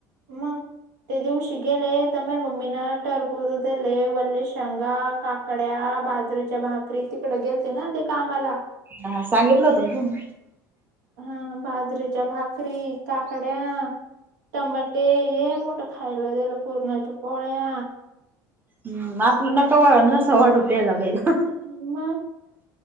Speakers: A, on the right; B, on the right.
A: मग,, ते दिवशी गेले तर म मम्मी ना टरबुज दिले वल्ले शेंगा काकड्या, बाजरीच्या भाकरी, तिकडं गेलते ना ते कामाला
B: हा सांगितलं होतं ना तेवा
A: हा बाजरीच्या भाकरी काकड्या टमाटे हे मोठ खायला द्यायला पुरणाच्या पोळ्या
B: हम्म आपलं नका वा नसा वाटत द्याला काही
A: हं म